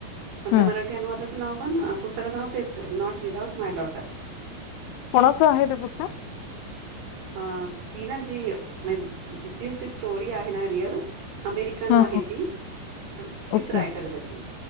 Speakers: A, on the right; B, on the left.
A: पण
B: हं.
A: त्या मराठी अनुवादाचं नाव पण पुस्तकाचे नाव तेच नॉट विदाऊट माय डॉटर
B: कोणाचं आहे ते पुस्तक?
A: हा ती ना जी म जिि ती स्टोरी आहे ना ररियाद. अमेरिकन
B: हां,
A: आहे
B: हां.
A: ती तीच
B: ओके.
A: रायटर आहे त्याची